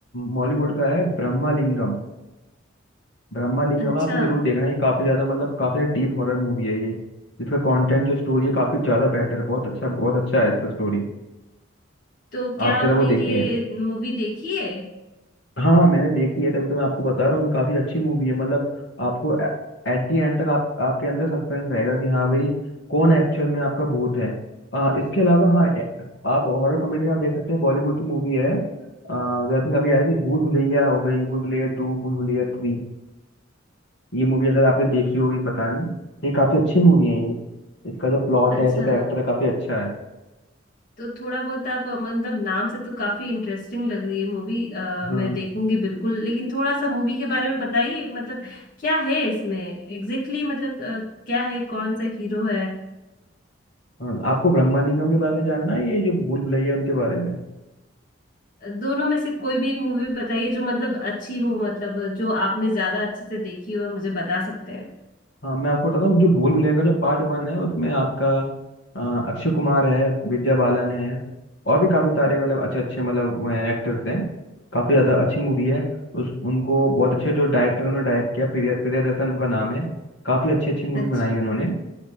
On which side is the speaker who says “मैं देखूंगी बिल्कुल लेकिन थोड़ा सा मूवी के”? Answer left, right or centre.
Left